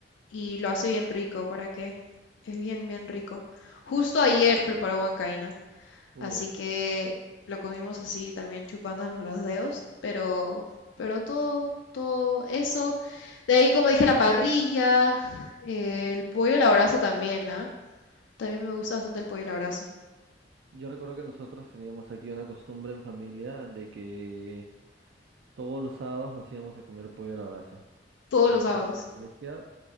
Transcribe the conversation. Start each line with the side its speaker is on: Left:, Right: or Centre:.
Left: y lo hace bien rico, ¿para qué? Es bien, bien rico. Justo ayer preparó huancaína, así
Right: Uf.
Left: que lo comimos así también chupándonos <laughs> los dedos, pero, pero todo, todo eso. De ahí, como dije, la parrilla, eh, el pollo a la brasa también, ¿ah? También me gusta bastante el pollo a la brasa,
Right: Yo recuerdo que nosotros teníamos aquí una costumbre en familia de que todos los sábados nos íbamos a comer pollo a la brasa.
Left: todos
Right: Después
Left: los sábados.
Right: de la iglesia,